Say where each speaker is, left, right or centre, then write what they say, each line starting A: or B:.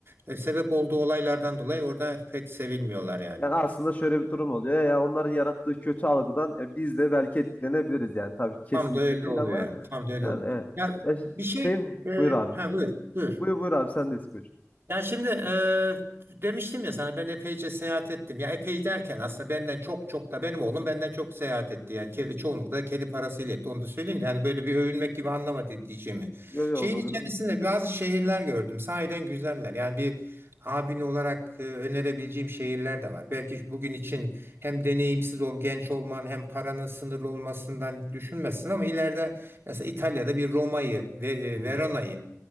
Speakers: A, on the right; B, on the left.
A: e, sebep olduğu olaylardan dolayı orada pek sevilmiyorlar yani.
B: Yani aslında şöyle bir durum oluyor. Ya onların yarattığı kötü algıdan e, biz de belki etkilenebiliriz yani. Tabii ki kesinlikle
A: Tam da öyle
B: değil
A: oluyor
B: ama
A: yani tam da öyle
B: Yani
A: oluyor.
B: evet.
A: Ya
B: Ya ş-
A: bir şey
B: şey
A: e,
B: buyur abi.
A: ha buyur, buyur.
B: Buyur buyur abi sendeyiz buyur.
A: Yani şimdi eee, demiştim ya sana ben epeyce seyahat ettim. Ya epey derken aslında benden çok çok da benim oğlum benden çok seyahat etti. Yani kedi, çoğunlukla kedi parasıyla etti. Onu da söyleyeyim. de Yani böyle bir övünmek gibi anlamadı diyeceğimi.
B: Yo yo
A: Şeyin
B: olabilir.
A: içerisinde bazı şehirler gördüm. Sahiden güzeller. Yani bir abin olarak e, önerebileceğim şehirler de var. Belki bugün için hem deneyimsiz ol, genç olman hem paranın sınırlı olmasından düşünmezsin ama ileride mesela İtalya'da bir Roma'yı ve e,
B: Hı hı.
A: Verona'yı